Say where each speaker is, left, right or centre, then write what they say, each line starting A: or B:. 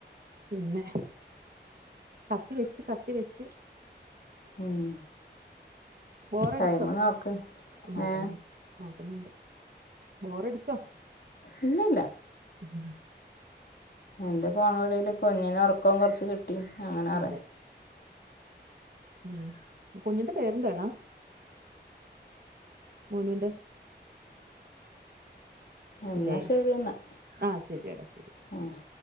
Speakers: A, on the right (about 55°); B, on the left (about 60°).
A: പിന്നെ കത്തി വെച്ച് കത്തി വെച്ച്
B: ഉം.
A: ബോറടിച്ചോ
B: ടൈം നോക്ക്
A: നോക്ക്‌ന്നോ
B: ഏ
A: നോ ക്കുന്നുണ്ട് ബോറടിച്ചോ
B: ഇല്ലില്ല
A: ഉം
B: എന്റെ ഫോൺ വിളിയില് കുഞ്ഞിന് ഉറക്കോം കുറച്ച് കിട്ടി അങ്ങനെ പറയാം
A: അതെ ഉം കുഞ്ഞിന്റെ പേരെന്താടാ മോനൂന്റെ
B: എന്നാൽ
A: ല്ലേ
B: ശരി എന്നാൽ
A: ആ ശെരിയെടാ ശെരി
B: ആ ശരി